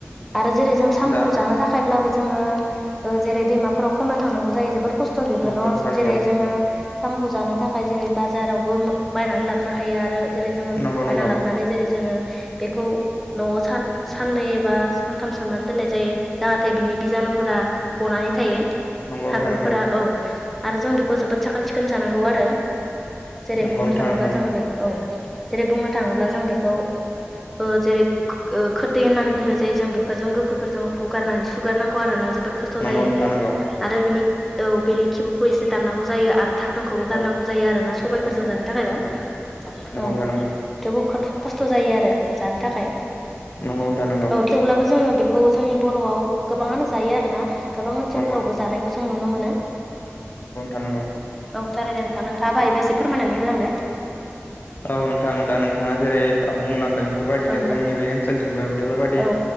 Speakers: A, in the centre; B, on the left.
A: आरो जेरै जों साम'खौ
B: दा
A: जानो थाखायब्लाबो। जोङो ओ जेरै दैमाफोराव खन्नो थांनांगौ जायो जोबोद खस्थ' बेबो
B: नंगौ
A: न'
B: नोंथां नंगौ
A: जेरै जोङो। सामखौ जानो थाखाय जेरै बाजारावबो बायनानै लाबोनो हायो आरो। जेरै जोङो
B: नंगौ नंगौ
A: बायना लाबोनानै जेरै जोङो। बेखौ न'आव सान साननै एबा सानथाम सोमनानै दोननाय जायो जाहाथे बिनि बिजान। <unintelligible> गनानै थायो।
B: नंगौ नोंथां नंगौ।
A: फोरा औ आरो जों बेखौ जोबोद साखोन सिखोन जानांगौ आरो। जेरै
B: नंगौ
A: बुंनो
B: नोंथां
A: थाङोब्ला
B: नंगौ
A: जोङो बे औ जेरै बुंनो थाङोब्ला जों बेखौ। ओ जेरै खोरदै होननानै बुंनाय जायो जों बेफोरजों गोखैफोरजों हुगारनानै सुगारनांगौ आरोना ज। जोबोद खस्थ'
B: नंगौ
A: जायो
B: नोंथां नंगौ
A: आरो बिनि। औ बेनि खिबुखौ एसे दाननांगौ जायो आरो। थाखोनखौबो
B: नंगौ
A: गारनांगौ जायो आरोना सबायफोरजों
B: नंगौ
A: जानो थाखायबा
B: नंगौ नंगौ
A: औ
B: नंगौ
A: थेवबो। खस्थ' जायो आरो जानो थाखाय
B: नोंथां नंगौ
A: औ थेवब्लाबो जोङो बे। खौ जोंनि बर'आव गोबाङानो जायो आरो ना गोबां ओनसोलफोरावबो
B: नंगौ नोंथां नंगौ
A: जानायखौ जों नुनो मोनो।
B: नंगौ नोंथां नंगौ।
A: औ थारैनो नोंथां नोंथाङाबो हायोबा एसे फोरमायनानै होलांदो।
B: औ नोंथां दा नोंथाङा जेरै बुंलांदों बेफोरबायदिनो
A: औ
B: जोंनि बे ओनसोलथिंबो बेफोरबायदि
A: औ